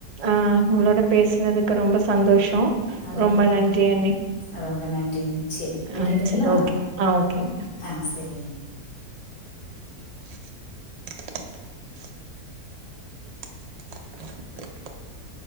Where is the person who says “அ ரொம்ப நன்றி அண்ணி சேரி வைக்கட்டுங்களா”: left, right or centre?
Left